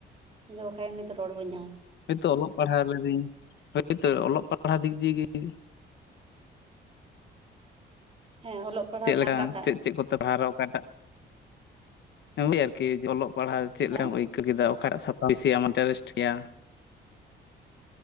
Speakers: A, on the right; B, on the left.
A: ᱤᱧ ᱫᱚ ᱵᱟᱠᱷᱟᱡ ᱮᱢᱱᱤ ᱫᱚ ᱨᱚᱲ ᱵᱟᱹᱧ ᱧᱟᱢᱟ᱾
B: ᱦᱳᱭᱛᱚ ᱚᱞᱚᱜ ᱯᱟᱲᱦᱟᱣ ᱞᱤᱫᱤᱧ ᱦᱚᱳᱭᱛᱳ ᱚᱞᱚᱜ ᱯᱟᱲᱦᱟᱣ ᱫᱤᱠ ᱫᱤᱭᱮ ᱜᱤᱧ
A: ᱦᱮᱸ ᱚᱞᱚᱜ ᱯᱟᱲᱦᱟᱜ
B: ᱪᱮᱫ
A: ᱨᱮᱱᱟᱜ
B: ᱞᱮᱠᱟ
A: ᱚᱠᱟᱴᱟᱜ
B: ᱪᱮᱫ ᱪᱮᱫ ᱠᱚᱛᱮ ᱯᱟᱨᱟ ᱚᱠᱟᱴᱟᱜ ᱳᱭ ᱟᱨᱠᱤ ᱚᱞᱚᱜ ᱯᱟᱲᱦᱟᱣ ᱪᱮᱫ
A: ᱦᱮᱸ
B: ᱞᱮᱠᱟᱢ ᱟᱹᱭᱠᱟᱹᱣ ᱠᱮᱫᱟ ᱚᱠ ᱥᱟᱛᱟᱢ ᱵᱮᱥᱤ ᱤᱱᱴᱟᱨᱮᱥᱴ ᱜᱮᱭᱟ?